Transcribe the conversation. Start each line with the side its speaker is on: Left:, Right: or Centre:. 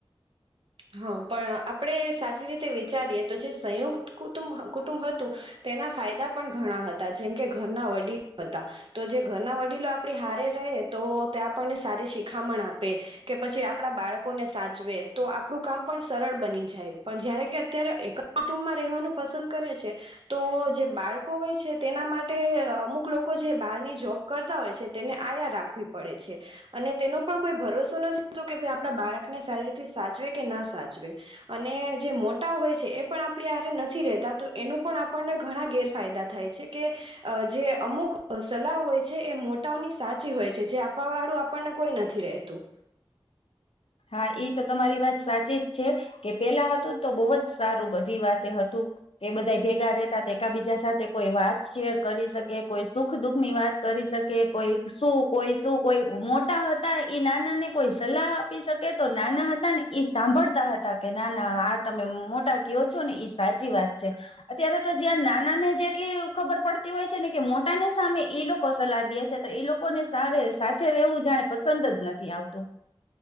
Right: હા પણ આપણે સાચી રીત તે વિચારીએ તો જે સંયુક્ત કુું કુટુંબ હતું તેના ફાયદા પણ ઘણા હતા જેમ કે ઘરના વડીલો હતા તો જે ઘરના વડીલો આપડી હારે રહે તો તે આપણને સારી શિખામણ આપે કે પછી આપણા બાળકોને સાચવે તો આપ આપણું કામ પણ સરળ બની જાય પણ જ્યારે કે અત્યારે એક જ કુટુંબમાં રહેવાનું પસંદ કરે છે તો જે બાળકો હોય છે તેના માટે અમુક લોકો જે બહારની જોબ કરતા હોય છે તેને આયા રાખવી પડે છે અને તેનો પણ કોઈ ભરોસો નથીતો કે આપણા બાળકને સારી રીતે સાચ જુવે કે ના સાચવે અને જે મોટા હોય છે એ પણ આપ નથી રહેતા તો એનું પણ આપણને ઘણા ગેરફાયદા થાય છે કે જે અમુક સલાહ હોય છે એ મોટાઓની સાથ સાચી હોય છે જે આપવા વાળું આપણને કોઈ નથી રતું
Left: હા એ તો તમારી વાત સાચી જ છે કે પેલા હતું તો બહુ જ સારું બધી વાત હતું કે બધા ભેગા રહેતા તો એક બીજા સાથે કોઈ વાત શેર કરી શકે કોઈ સુખ દુખ ની વાત કરી શકે કોઈ શું કોઈ શું કોઈ મોટા હતા ઈ નાના ને કોઈ સલાહ આપી શકે તો નાના હતા ને એ સાંભળતા હતા કે નાના આ તમે મોટા કયો છો ને સાચી વાત છે અત્યારે તો જ્યાં નાના ને જ એટલી ખબર પડતી હોય છે ને કે મોટા ને સામે લોકો સલાહ દે છે તો એ લોકોને સ સાથે રહેવું જાણે પસંદ જ નથી આવતું